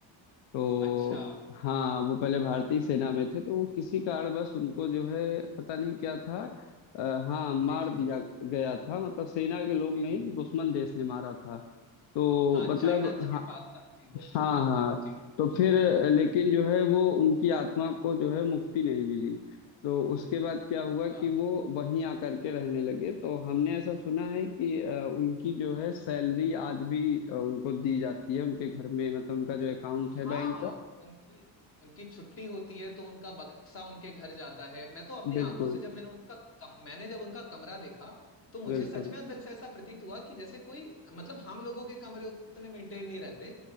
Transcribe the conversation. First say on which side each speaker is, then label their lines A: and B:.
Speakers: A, on the left; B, on the left.
A: तो
B: अच्छा
A: हाँ वो पहले भारतीय सेना में थे तो वो किसी कारणवश उनको जो है पता नहीं क्या था
B: ब्रि-
A: आ, हाँ मार
B: जी जी
A: दिया
B: जी
A: गया था मतलब सेना के लोग
B: जी
A: नहीं
B: जी जी
A: दुश्मन देश ने मारा था तो
B: हाँ
A: मतलब
B: चाइना के
A: हाँ
B: पास का जी वो है
A: हाँ हाँ
B: जी
A: तो फिर अ,
B: पास
A: लेकिन
B: का
A: जो है वो उनकी आत्मा को जो है मुक्ति नहीं मिली तो उसके बाद क्या हुआ
B: है।
A: कि वो वहीं आकर के रहने लगे तो हमने ऐसा सुना है कि अ, उनकी जो है सैलरी आज भी अ, उनको दी जाती है उनके घर में मतलब उनका जो अकाउंट
B: हाँ
A: है बैंक का
B: उनकी उनकी छुट्टी होती है तो उनका बक्सा उनके घर जाता है मैं तो अपनी
A: बिल्कुल
B: आंखों से जब मैंने उनका कम, मैंने जब उनका कमरा देखा तो मुझे
A: बिल्कुल
B: सच में अंदर से ऐसा प्रतीत हुआ कि जैसे कोई मतलब हम लोगों के कमरे उतने मेंटेन नहीं रहते